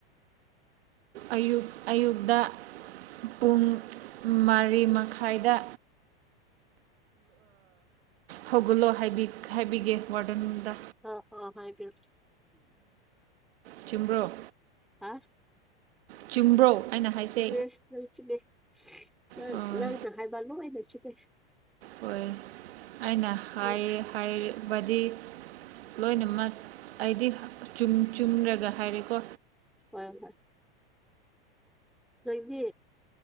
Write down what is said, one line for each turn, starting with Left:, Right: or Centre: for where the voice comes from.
Right: ꯑꯌꯨꯛ ꯑꯌꯨꯛꯗ ꯄꯨꯡ ꯃꯔꯤꯃꯈꯥꯏꯗ ꯍꯧꯒꯨꯜꯂꯣ ꯍꯥꯏꯕꯤ ꯍꯥꯏꯕꯤꯒꯦ ꯋꯥꯔꯗꯟꯗ
Centre: ꯑ ꯍꯥꯏꯕꯤꯔꯣ
Right: ꯆꯨꯝꯕ꯭ꯔꯣ
Centre: ꯍꯥ
Right: ꯆꯨꯝꯕ꯭ꯔꯣ ꯑꯩꯅ ꯍꯥꯏꯁꯦ
Centre: ꯆꯨꯝꯃꯦ ꯅꯪ ꯆꯨꯝꯃꯦ ꯅꯪ
Right: ꯍꯣꯏ
Centre: ꯅꯪꯅ ꯍꯥꯏꯕ ꯂꯣꯏꯅ ꯆꯨꯝꯃꯦ
Right: ꯍꯣꯏ ꯑꯩꯅ ꯍꯥꯏꯌꯦ
Centre: ꯅꯪ
Right: ꯍꯥꯏ ꯕꯗꯤ ꯂꯣꯏꯅꯃꯛ ꯑꯩꯗꯤ ꯆꯨꯝ ꯆꯨꯝꯔꯒ ꯍꯥꯏꯔꯦꯀꯣ
Centre: ꯍꯣꯏ ꯍꯣꯏ ꯅꯪꯗꯤ